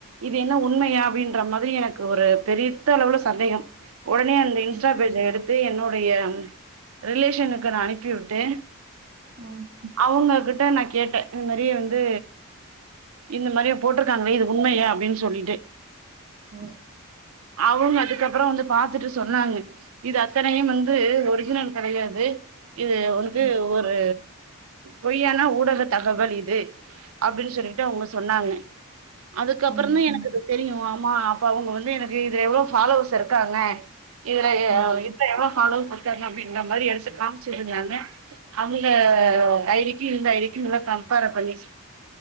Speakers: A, on the right (about 70°); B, on the right (about 50°).
A: இது என்ன உண்மயா அப்டின்ற மாரி எனக்கு ஒரு பெரித்த அளவுல சந்தேகம் உடனே அந்த இன்ஸ்டா
B: ம்
A: பேஜ எடுத் து என்னுடைய ரிலேஷனுக்கு நா அனுப்பி விட்டு
B: ம்
A: அவுங்க கிட் ட நா கேட்டேன் இந்த மாரியே வந்து இந்த மாரிய போட்டிருக்காங்களே இது உண்மயா அப்டின்னு சொல்லிட்டு
B: ம்
A: அவுங்க அதுக்கப் அப்பறம் வந்து பாத்துட்டு சொன்னாங்க இது அத்தனையும் வந்து ஒரிஜினல் கெடையாது இது உனக்கு
B: ம்
A: ஒரு பொய்யான ஊடக தகவல் இது அப்டின்னு சொல்லிட்டு அவங்க சொன்னாங்க அதுக்க அப்பறம்தான்
B: ம்
A: எனக்கு அது தெரியும் ஆமா அப்ப அவுங்க வந்து எனக்கு இதுல எவ்ளோ ஃபாலோவர்ஸ் இருக்காங்க <inaudible> எவ்வளவு
B: ம்
A: அளவு <unintelligible> இந்த மாரி எடுத்து காமிச்சிருந்தாங்க இந்த ஐடி கி இந்த ஐடிக்கி <unintelligible> கம்பார பண்ணி